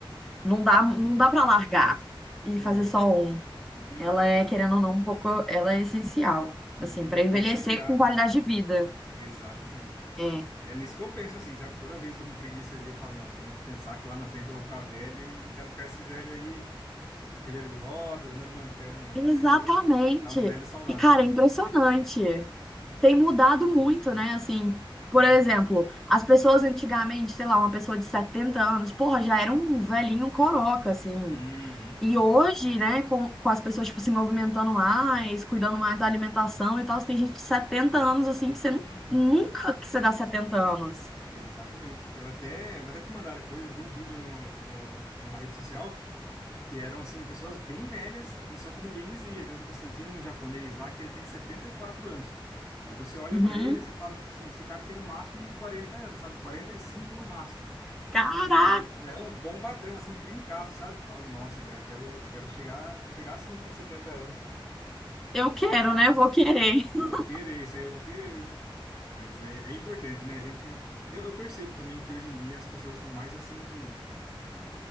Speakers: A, in the centre; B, on the left.
A: não dá, não dá para largar e
B: É,
A: fazer só um.
B: tem que,
A: Ela é, querendo ou não, um pouco, ela é essencial,
B: sim,
A: assim,
B: tem
A: para
B: que
A: envelhecer
B: conciliar,
A: com qualidade
B: né?
A: de vida.
B: Exatamente.
A: É.
B: É nisso que eu penso, assim, sabe? Toda vez que eu tô com preguiça ali, eu falo, não, tem que pensar que lá na frente eu vou ficar velho e não quero ficar esses velho aí de cadeira de rodas, andando mancando, não.
A: Exatamente.
B: Quero estar um velho saudável.
A: E, cara,
B: <laughs>
A: é impressionante. tem mudado muito, né? Assim, por
B: Uhum.
A: exemplo, as pessoas antigamente, sei lá, uma pessoa de 70 anos, porra, já era um velhinho coroca, assim.
B: Uhum.
A: E hoje, né, com, com as pessoas, tipo, se movimentando mais, cuidando mais da alimentação e tal, tem gente de setenta anos, assim, que você
B: Uhum,
A: nu- nunca que você dá 70 anos.
B: exatamente. Eu até, eu vou até te mandar depois. Eu vi um vídeo no, no- numa rede social que eram, assim, pessoas bem velhas e só que ninguém dizia. Então, tipo assim, tinha um japonês lá que ele tem 74 anos. E você olha
A: Uhum.
B: pra ele e você fala, tipo assim, esse cara tem no máximo 40 anos, sabe? quarenta e cinco no máximo.
A: Caraca!
B: E não, bombadão, assim, trincado, sabe? Fala, nossa, cara, eu quero, quero chegar, chegar assim com 70 anos.
A: Eu quero, né? Vou querer. <laughs>
B: Vou querer, isso aí eu vou querer. Mas é, é importante, né? A gente. Eu, eu percebo também que hoje em dia as pessoas estão mais assim.